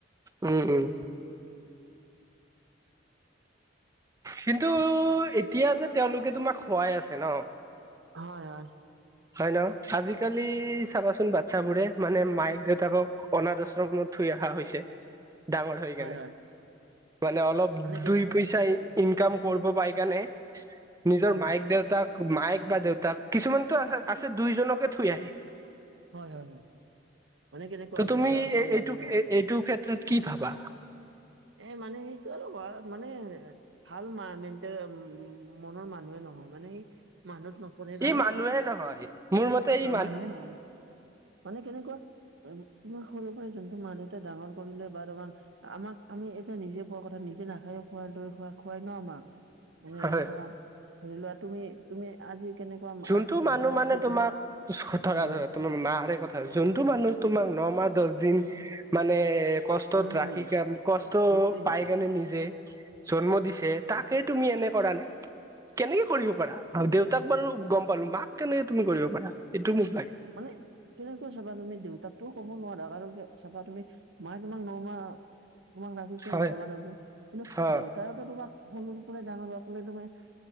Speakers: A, on the right (about 15°); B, on the right (about 75°).
A: উম উম কিন্তু এতিয়া যে তেওঁলোকে তোমাক খোৱাই আছে ন।
B: হয় হয়।
A: হয় ন আজিকালি চাবাচোন বাত বাচ্ছাবোৰে, মানে মায়েক দেউতাকক অনাদ, আশ্ৰমত থৈ অহা হৈছে। ডাঙৰ হৈ কেনে
B: হয় হয়
A: মানে অলপ
B: মানে কেনেকে
A: দুই পইচা ইনকাম কৰিব পাই কেণে নিজৰ
B: হয়
A: মায়েক-
B: হয়
A: দেউতাক মায়েক বা দেউতাক কিছুমানতো আছে দুইজনকে থৈ আহে।
B: হয় হয় হয়। মানে কেনেকুৱা
A: ত তুমি
B: বৃদ্ধ আশ্ৰম বা
A: এইটো
B: কিবা হয়
A: এইটো ক্ষেত্ৰত কি ভাবা
B: এ মানে সেই টো অলপ হয় মানে। ভাল মা মেণ্টেল মনৰ মানুহে নহয়। মানে সি মানুহত নপৰে মই নেজানো
A: ই মানুহে
B: কেনেকই
A: নহয় মোৰ মতে ই
B: মানুহে নহয়। মানে কেনেকুৱা তোমাৰ সৰুৰ পৰাই যোনটো মা, দেউতাই, ডাঙৰ কৰিলে বা তোমাক আমাক আমি এতিয়া নিজে পোৱা কথা নিজে নাখায়ো খুৱাই দৰে খুৱাই- খুৱাই ন আমাক মানে
A: হয়
B: এনেকুৱা ধৰি লোৱা তুমি -তুমি আজি কেনেকুৱা
A: যোনটো
B: আজি ধৰি
A: মানুহ
B: লোৱা
A: মানে
B: আজি
A: তোমাক
B: তোমাৰ
A: ধৰা
B: হুম
A: ধৰা মাৰে, কথা যোনটো মানুহ তোমাক নমাহ দহ দিন। মানে কষ্টত
B: উম,
A: ৰাখি কাৰ কষ্ট
B: সেইটোয়ে সেইটোয়ে
A: পাই কাৰণে নিজে জন্ম দিছে। তাকে তুমি এনে কৰা নাই কেনেকে কৰিব পাৰা
B: উম,
A: আৰু দেউতাক বাৰু গম পালো মাক কেনেকে তুমি কৰিব পাৰা এইটোও মোক, লাগে।
B: মানে কেনেকৈ চাবা তুমি দেউতাকো ক'ব নোৱাৰা আৰু চাবা তুমি মায়ে তোমাক ন, মাহ তোমাক ৰাখিছে
A: হয়
B: ন মাহ দচদিন কিন্তু
A: অ
B: দেউতাইতো তোমাক সৰুৰ পৰাই ডাঙৰ হোৱাকলৈ তোমাক